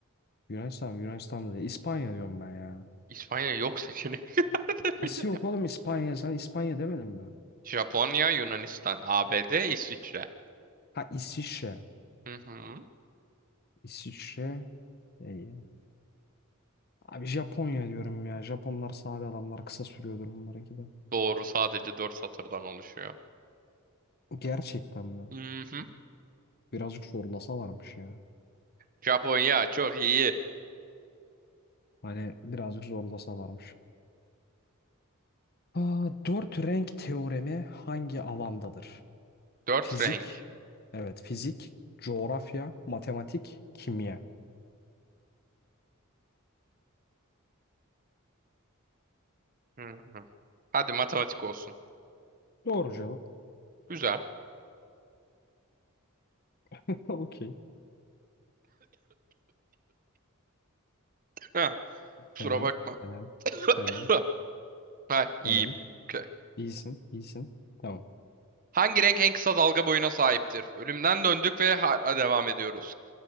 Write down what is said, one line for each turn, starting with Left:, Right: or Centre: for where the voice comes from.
Left: Yunanistan mı? Yunanistan'da değil. İspanya diyorum ben ya.
Right: İspanya yok seçenekte
Left: Nasıl
Right: <laughs> bile.
Left: yok oğlum İspanya? Sen İspanya demedin mi?
Right: Japonya, Yunanistan, ABD, İsviçre.
Left: Ha İsviçre.
Right: Hı hı.
Left: İsviçre. İyi. Abi Japonya diyorum ya. Japonlar sade adamlar. Kısa sürüyordur bunlarınki de.
Right: Doğru sadece dört satırdan oluşuyor.
Left: Gerçekten mi?
Right: Hı hı.
Left: Birazcık zorlasalarmış ya.
Right: Japonya çok iyi.
Left: Hani birazcık zorlasalarmış. Aa, dört renk teoremi hangi alandadır?
Right: Dört
Left: Fizik.
Right: renk.
Left: Evet fizik. Coğrafya. Matematik. Kimya.
Right: Hı hı. Hadi matematik olsun.
Left: Doğru cevap.
Right: Güzel.
Left: <laughs> Okey.
Right: Ha, kusura
Left: Helal.
Right: bakma.
Left: Helal. Helal.
Right: <coughs> Ha,
Left: Helal.
Right: iyiyim. Okey.
Left: İyisin, iyisin. Tamam.
Right: Hangi renk en kısa dalga boyuna sahiptir? Ölümden döndük ve hala devam ediyoruz.